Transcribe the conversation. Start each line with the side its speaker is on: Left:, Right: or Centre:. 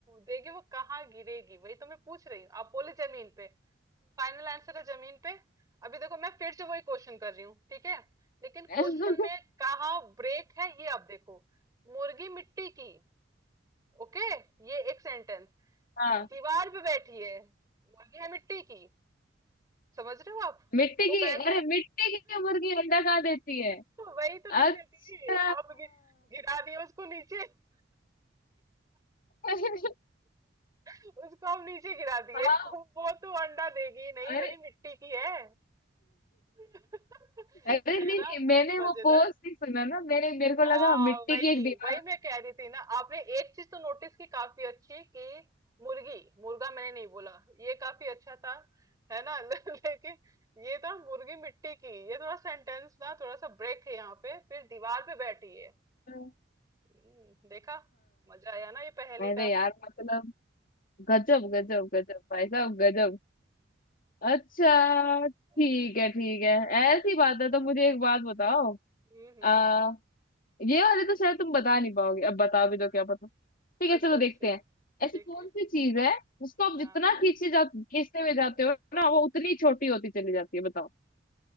Right: देगी वो कहाँ गिरेगी वही तो मैं पूछ रही हूँ आप बोले जमीन पे फाइनल आंसर है जमीन पे अभी देखो मैं फिर से वही क्वेश्चन कर रही हूँ ठीक है लेकिन
Left: <laughs>
Right: क्वेश्चन में कहाँ ब्रेक है ये आप देखो मुर्गी मिट्टी की ओके ये एक सेंटेंस
Left: हाँ
Right: दीवार पे बैठी है मुर्गी है मिट्टी की समझ रहे हो आप
Left: मिट्टी
Right: वो
Left: की
Right: बैठ
Left: अरे
Right: <laughs>
Left: मिट्टी की मुर्गी अंडा कहाँ देती है
Right: वही तो नहीं
Left: अच्छा
Right: देती आप गि, गिरा दिए उसको नीचे <laughs>
Left: <laughs>
Right: उसको हम नीचे गिरा दिए
Left: हाँ
Right: <laughs> वो तो अंडा देगी नहीं
Left: अरे
Right: भाई मिट्टी की है <laughs>
Left: अरे
Right: है
Left: नहीं नहीं
Right: ना
Left: मैंने वो
Right: मजेदार
Left: पोज नहीं सुना ना मैंने मेरे को
Right: हाँ
Left: लगा मिट्टी
Right: वही
Left: की एक दीवार
Right: वही मैं कह रही थी ना आपने एक चीज तो नोटिस की काफी अच्छी कि मुर्गी मुर्गा मैंने नहीं बोला ये काफी अच्छा था है ना <laughs> लेकिन ये तो मुर्गी मिट्टी की ये थोड़ा सेंटेंस ना थोड़ा सा ब्रेक है यहाँ पे फिर दीवार पे बैठी है
Left: हाँ
Right: हम्म, देखा मजा आया ना ये पहेली
Left: अरे
Right: का
Left: यार मतलब गजब गजब गजब भाई साहब गजब अच्छा ठीक
Right: हाँ।
Left: है ठीक है ऐसी बात है तो मुझे एक बात बताओ
Right: हम्म हम्म,
Left: आ, ये वाले तो शायद तुम बता नहीं पाओगे अब बता भी दो क्या पता ठीक है
Right: अच्छा
Left: चलो
Right: अच्छा
Left: देखते हैं ऐसी
Right: ठीक
Left: कौन
Right: है
Left: सी चीज है जिसको आप
Right: हाँ
Left: जितना खींचे जा खींचते हुए जाते हो ना वो उतनी छोटी होती चली जाती है बताओ